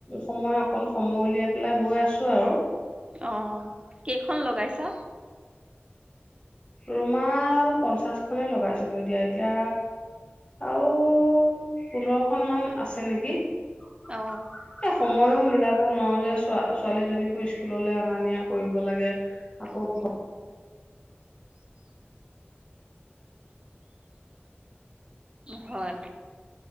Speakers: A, on the left; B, on the right.
A: সময় অকন সময় উলিয়াই পেলাই বৈ আছো আৰু
B: অ কেইখন লগাইছা
A: ৰুমাল পঞ্চাশখনেই লগাইছিলো দিয়া এতিয়া আৰু পোন্ধৰখন মান আছে নেকি এ
B: অ
A: সময়ো মিলাব ক'ব নোৱাৰো যে ছোৱালীজনীকো স্কুললৈ অনা নিয়া কৰিব লাগে। আকৌ
B: উম।
A: ঘৰ
B: হয়।